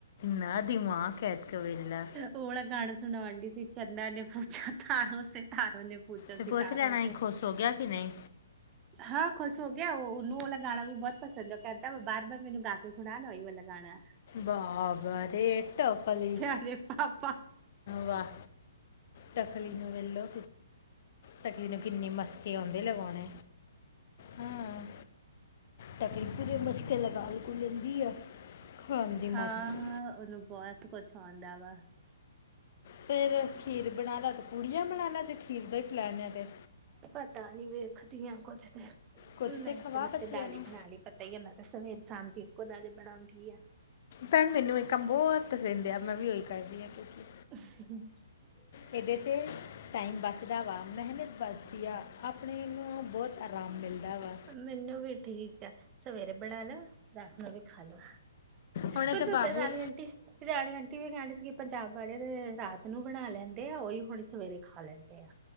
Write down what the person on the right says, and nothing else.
ਉਹ ਵਾਲਾ ਗਾਣਾ ਸੁਣਾਣ ਡਈ ਸੀ, ਚੰਦਾ ਨੇ ਪੂਛਾ ਤਾਰੋ ਸ ਤਾਰੋ ਨੇ ਪੁੱਛਾ
ਸਿਤਾਰੋ
ਹਾਂ, ਖੁਸ਼ ਹੋ ਗਿਆ, ਉਲੂ ਵਾਲਾ ਗਾਣਾ ਵੀ ਬਹੁਤ ਪਸੰਦ ਉਹ ਕਹਿੰਦਾ, ਬਾਰ ਬਾਰ ਮੈਨੂੰ ਗਾ ਕੇ ਸੁਣਾ ਨਾ ਉਹੀ ਵਾਲਾ ਗਾਣਾ।
ਜੇ ਆਪਾਂ
ਹਾਂ,
ਹਾਂ ਉਹਨੂੰ ਬਹੁਤ ਕੁਛ ਆਉਂਦਾ ਵਾ।
ਪਤਾ ਨੀ ਵੇਖਦੀ ਹਾਂ ਕੁੱਝ ਨਹੀਂ,
ਤੇ ਮੈਂ
ਤਾਂ ਦਾਲੀ
ਬਣਾ ਲਈ। ਨੀ ਆ, ਮੈਂ ਤਾਂ ਸਵੇਰ, ਸ਼ਾਮ ਦੀ ਇੱਕੋ ਦਾਲ ਬਣਾਉਂਦੀ ਆ।
<inaudible>
ਮੈਨੂੰ ਵੀ ਠੀਕ ਆ, ਸਵੇਰੇ ਬਣਾ ਲੋ, ਰਾਤ ਨੂੰ ਵੀ ਖਾ ਲੋੋ।
ਬਧ
ਉਧਰ
ਰਾਣੀ ਆਂਟੀ। ਰਾਣੀ ਆਂਟੀ ਵੀ ਕਹਿਣ ਡਈ ਸੀਗੀ। ਪੰਜਾਬ ਵਾਲੇ ਤੇ ਰਾਤ ਨੂੰ ਬਣਾ ਲੈਂਦੇ ਆ, ਉਹੀ ਹੁਣੇ ਸਵੇਰੇ ਖਾ ਲੈਂਦੇ ਆ।